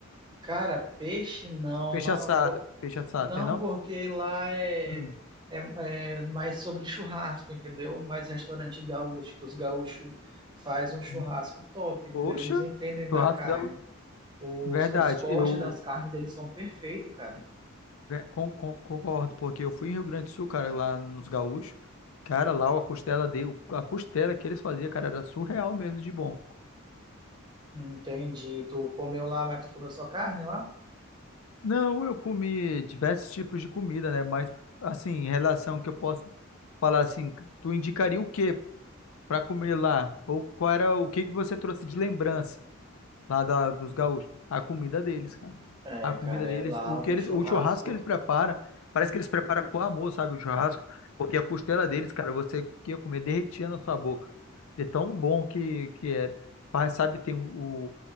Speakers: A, on the right; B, on the left.
A: Cara, peixe não,
B: Peixe
A: lá,
B: assado. Peixe assado,
A: Não,
B: tem não?
A: porque lá é,
B: Hum.
A: é, é mais sobre churrasco, entendeu? Mais restaurante gaúcho, que os gaúchos fazem um churrasco
B: Hum.
A: top, entendeu?
B: Poxa,
A: Eles entendem da
B: churrasco
A: carne.
B: gaúcho.
A: Os,
B: Verdade,
A: os cortes
B: eu...
A: das carnes deles são perfeitos, cara.
B: Ve- con- con- Concordo, porque eu fui em Rio Grande do Sul, cara, lá nos Gaúchos. Cara, lá a costela de, a costela que eles faziam, cara, era surreal mesmo de bom.
A: Entendi. Tu comeu lá, mas tu comeu só carne lá?
B: Não, eu comi diversos tipos de comida, né? Mas assim, em relação que eu posso falar assim, tu indicaria o quê pra comer lá? Ou qual era o que que você trouxe de lembrança? lá da, dos gaúchos. A comida deles, cara.
A: É,
B: A comida
A: cara,
B: deles,
A: é, lá
B: o que
A: no
B: eles,
A: churrasco.
B: o churrasco que eles preparam, parece que eles preparam com amor, sabe, o churrasco, porque a costela deles, cara, você que ia comer derretia na sua boca. De tão bom que que era. Faz, sabe, tem o